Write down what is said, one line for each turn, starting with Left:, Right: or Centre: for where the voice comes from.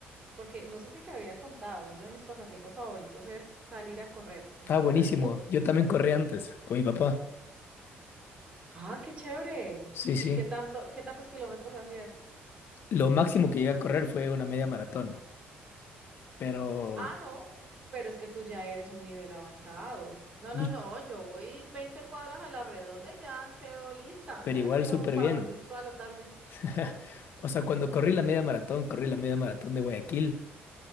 Right: porque no sé si te había contado, uno de mis pasatiempos favoritos es salir a correr. Entonces,
Left: está buenísimo.
Right: uf,
Left: Yo también corrí antes con mi papá.
Right: ah, qué chévere.
Left: Sí, sí.
Right: ¿Y qué tanto, qué tantos kilómetros hacías?
Left: Lo máximo que llegué a correr fue una media maratón, pero,
Right: Ah, no, pero es que tú ya eres un nivel avanzado. No,
Left: ni-
Right: no, no, yo voy 20 cuadras a la redonda y ya quedo lista,
Left: pero
Right: ya
Left: igual
Right: quedo
Left: súper
Right: para
Left: bien.
Right: dormir toda la tarde.
Left: <laughs> O sea, cuando corrí la media maratón, corrí la media maratón de Guayaquil